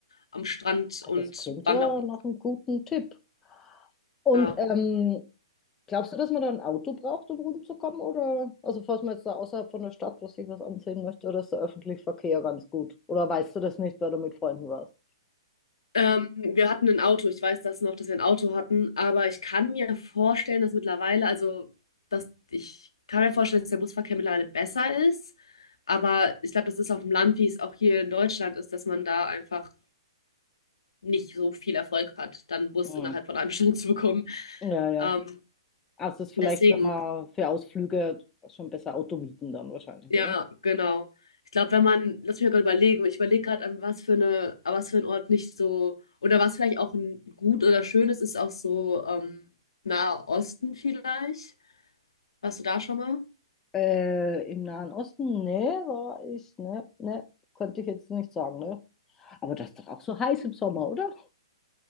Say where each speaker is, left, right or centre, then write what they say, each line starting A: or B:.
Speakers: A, on the left (about 70°); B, on the left (about 15°).
A: am Strand
B: Ah,
A: und
B: Das klingt
A: Wanderung.
B: ja nach einem guten Tipp. Und
A: Ja.
B: ähm, glaubst du, dass man da ein Auto braucht, um rumzukommen? Oder, also falls man jetzt da außerhalb von der Stadt was sich was ansehen möchte, oder ist der öffentliche Verkehr ganz gut? Oder weißt du das nicht, weil du mit Freunden warst?
A: Ähm, wir hatten ein Auto. Ich weiß das noch, dass wir ein Auto hatten, aber ich kann mir vorstellen, dass mittlerweile, also dass ich kann mir vorstellen, dass der Busverkehr mittlerweile besser ist. Aber ich glaube, das ist auf dem Land, wie es auch hier in Deutschland ist, dass man da einfach nicht so viel Erfolg hat, dann einen Bus
B: Hm.
A: innerhalb von einer <laughs> halben Stunde zu bekommen.
B: Ja, ja.
A: Ähm,
B: Also es ist vielleicht,
A: deswegen.
B: wenn man für Ausflüge schon besser Auto mieten dann wahrscheinlich,
A: Ja,
B: oder?
A: genau. Ich glaube, wenn man, lass mich mal gerade überlegen, ich überlege gerade, an was für eine, an was für ein Ort nicht so, oder was vielleicht auch ein gut oder schön ist, ist auch so ähm, Nahe Osten vielleicht. Warst du da schon mal?
B: Äh, im Nahen Osten? Nee, war ich, ne, ne, konnte ich jetzt nicht sagen, ne? Aber das ist doch auch so heiß im Sommer, oder?